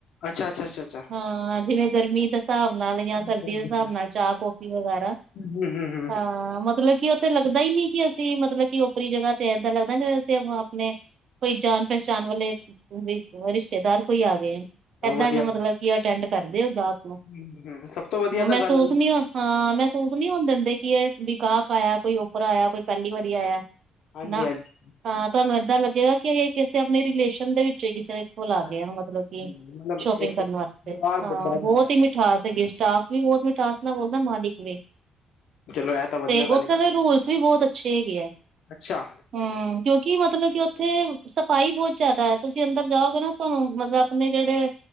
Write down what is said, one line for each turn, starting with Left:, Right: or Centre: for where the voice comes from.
Left: ਅੱਛਾ -ਅੱਛਾ- ਅੱਛਾ-ਅੱਛਾ ਚ
Right: ਹਾਂ ਜਿਵੇਂ ਗਰਮੀ ਤਤਾ ਬਣਾ ਲਈਆਂ
Left: ਹਾਂਜੀ
Right: ਸਰਦੀ
Left: ਹਾਂਜੀ
Right: ਦੇ ਹਿਸਾਬ
Left: ਹਾਂਜੀ
Right: ਨਾਲ ਚਾਹ ਕੌਫੀ ਵਗੈਰਾ ਹਾਂ।
Left: ਹੂੰ ਹੂੰ ਹੂੰ
Right: ਹਾਂ ਮਤਲਬ ਕਿ ਉੱਥੇ ਲੱਗਦਾ ਈ ਨੀ ਕਿ ਅਸੀਂ ਮਤਲਬ ਕਿ ਓਪਰੀ ਜਗ੍ਹਾ ਤੇ ਇੱਦਾਂ ਲੱਗਦਾ ਜਿਵੇਂ ਅਸੀਂ ਆਪੋ ਆਪਣੇ ਕੋਈ ਜਾਣ ਪਹਿਚਾਣ ਵਾਲੇ ਉਹੀ ਰਿਸ਼ਤੇਦਾਰ ਕੋਈ ਆ ਗਏ ਆਂ ਇਦਾਂ
Left: ਉਹ ਵਧੀਆ
Right: ਮਤਲਬ
Left: ਗੱਲ
Right: ਕੀ ਅਟੈਂਡ ਕਰਦੇ ਆ ਉਹ ਗਾਹਕ ਨੂੰ
Left: <unintelligible> ਸਭ ਤੋਂ ਵਧੀਆ ਤਾਂ
Right: ਮਹਿਸੂਸ
Left: ਗੱਲ ਇਹੀ ਆ
Right: ਨੀ ਹਾਂ ਮਹਿਸੂਸ ਨੀ ਹੋਣ ਦਿੰਦੇ ਕਿ ਇਹ ਵੀ ਗਾਹਕ ਆਇਆ। ਕੋਈ ਓਪਰਾ ਆਇਆ। ਕੋਈ ਪਹਿਲੀ ਵਾਰੀ ਆਇਆ।
Left: ਹਾਂਜੀ
Right: ਨਾ,
Left: ਹਾਂਜੀ
Right: ਹਾਂ ਤੁਹਾਨੂੰ ਇਦਾਂ ਲੱਗੇਗਾ ਕਿ ਇਹ ਕਿਸੇ ਆਪਣੇ ਰਿਲੇਸ਼ਨ ਦੇ ਵਿੱਚੋਂ ਕਿਸੇ ਨੇ ਬਿਲਕੁਲ ਆ
Left: ਅੱਛਾ
Right: ਗਿਆ ਮਤਲਬ ਕਿ
Left: ਹਾਂਜੀ ਮਤਲਬ
Right: ਸ਼ੋਪਿੰਗ
Left: ਇੱਕ
Right: ਕਰਨ
Left: ਤਾਂ
Right: ਵਾਸਤੇ
Left: ਵਿਵਹਾਰ
Right: ਹਾਂ
Left: ਬੜਾ
Right: ਬਹੁਤ
Left: ਚੰਗਾ ਹੈਗਾ
Right: ਈ ਮਿਠਾਸ ਅੰਗੇਸਟ ਸਟਾਫ ਵੀ ਬਹੁਤ ਮਿਠਾਸ ਨਾਲ ਬੋਲਦਾ ਮਾਲਿਕ ਵੀ
Left: ਚਲੋ ਇਹ ਤਾਂ ਵਧੀਆ
Right: ਤੇ
Left: ਗੱਲ
Right: ਉੱਥੇ
Left: ਹੈ
Right: ਦੇ ਰੂਲਸ ਵੀ ਬਹੁਤ ਅੱਛੇ ਹੈਗੇ ਆ।
Left: ਅੱਛਾ
Right: ਹੂੰ ਕਿਉਂਕਿ ਮਤਲਬ ਕਿ ਉੱਥੇ ਸਫ਼ਾਈ ਬਹੁਤ ਜਿਆਦਾ ਹੈ ਤੁਸੀਂ ਅੰਦਰ ਜਾਓਗੇ ਨਾ ਤੁਹਾਨੂੰ ਮਤਲਬ ਆਪਣੇ ਜਿਹੜੇ